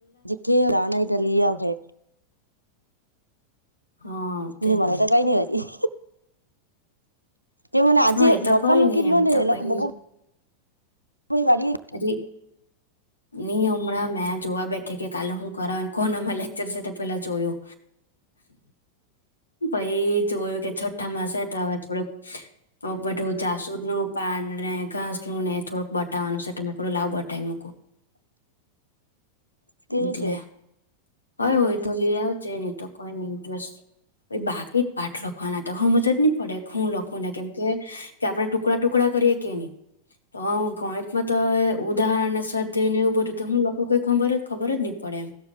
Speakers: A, on the right; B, on the left.
A: જે કે જાના ઇધર લિયા હૈ.
B: હા તેજ
A: ની મને
B: ને
A: તો કાઈ નહી હરી. જે મને આજે
B: હા એ તો
A: બપોરનું
B: કઈ નઈ
A: કીધેલું
B: એમ
A: ને
B: તો
A: એ
B: પહી
A: લોકો બબ કોઈ વાડી
B: અરે. ની હમણાં મેં જોવા બેઠી કે કાલે હું કરાવે કોન આમા લેક્ચર છે તે પેલા જોયુ. પહી જોયું કે છઠ્ઠામા સે તો હવે થોડુંક. તો બધું જાસુદનું પાન ને ઘાસ નું ને થોડુંક બટાવાનું છે. તો મેં કીધું લાવ બતાવી મૂકુ
A: તેવું
B: એટલે. અરે હોય તો
A: જ
B: લી આવજે નહી તો કઈને ઇન્ટરેસ્ટ બાકી જ પાઠલો. હા ના તો હમજ જ ની પડે. હું લખું ને કેમ કે કે આપણે ટુકડા-ટુકડા કરીએ કે નહી તો ગણિતમાં તો એ ઉદાહરણ ને સ્વાદધ્ય ને એવુ બધું તો હું લખુ કઈ ખબર-ખબર જ નહી પડે એમ.